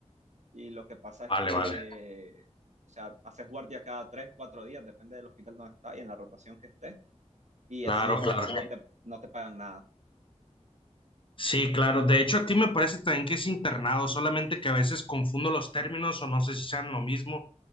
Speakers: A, on the right; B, on the left.
A: y lo que pasa es
B: Vale,
A: que,
B: vale.
A: o sea, haces guardia cada tres, cuatro días, depende del hospital donde estás y en la rotación que estés, y
B: Claro,
A: así es,
B: claro.
A: no, no te, no te pagan nada.
B: Sí, claro. De hecho, aquí me parece también que es internado, solamente que a veces confundo los términos o no sé si sean lo mismo.